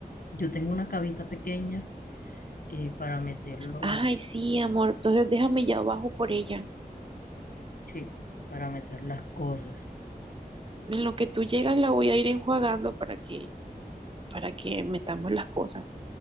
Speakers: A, on the left; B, on the right.
A: yo tengo una cavita pequeña eh, para meterlo,
B: Ay, sí, amor, entonces déjame ya abajo por ella.
A: sí, para meter las cosas.
B: En lo que tú llegas la voy a ir enjuagando para que, para que metamos las cosas.